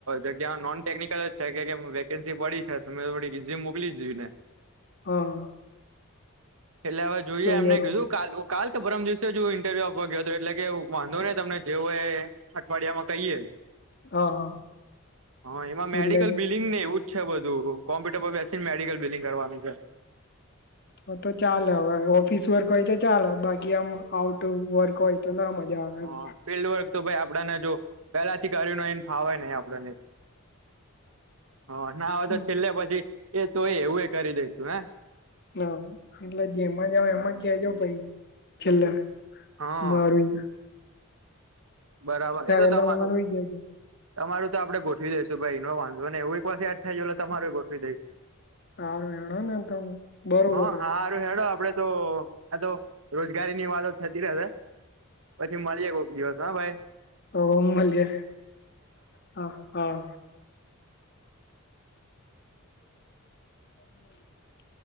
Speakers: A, on the right; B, on the left.
A: જગ્યા નોન ટેકનિકલ જ. કે વેકેન્સી પડી છે મે થોડીઝમ મોકલી જો ને.
B: હા.
A: એટલે હવે જોઈએ
B: તો
A: એમને
B: બરોબર
A: કીધું કાલવું. કાલ કે પરમ દિવસે જો ઇન્ટરવ્યુ આપવા ગયો હતો એટલે કે વાંધો નહી તમને જેવું એ અઠવાડિયા માં કહીએે.
B: હા હા
A: હા એમાં મેડિકલ
B: એટલે
A: બિલિંગ ને એવું. છે બધું કોમ્પ્યુટર બેસીને મેડિકલ બિલ્ડિંગ કરવાનું છે.
B: હ તો ચાલે હવે ઓફિસ વર્ક હોય તો ચાલલે હ બાકી. ગમ આઉટ વર્ક આયતો ના. મજા આવે
A: હ
B: એમ
A: ફિલ્ડ વર્ક તો ભાઈ આપડને જો પેલા થી કર્યું ન એને ફાવે નહ આપ. જ હ ના હોય
B: હમ
A: તો છેલ્લે પછી. એ તો એ હવું એ કરી દઈસુ હે.
B: હ એટલે જેમાં જાાવ એમાં ક જાાવ પછી. છેલા
A: હા
B: મારવી.
A: બરાબર એ તો
B: એટલે
A: તમારું.
B: મારું જજે
A: તમારું તો આપડે ગોઠવી દઈશું ભાઈ એનો વાંધો ને એવું એક પા યાદ થ જાય તો તમારું ગોઠવી દઈશું.
B: હારું હેડો ને તમે બરોબર
A: હ હાારું હેડો આપડે તો. આ તો રોજગારી ની વાતો થતી રહેશે પછી મળીએ કોક દિવસ. હા ભાઈ
B: ઓમ મળલે હા હા. હ.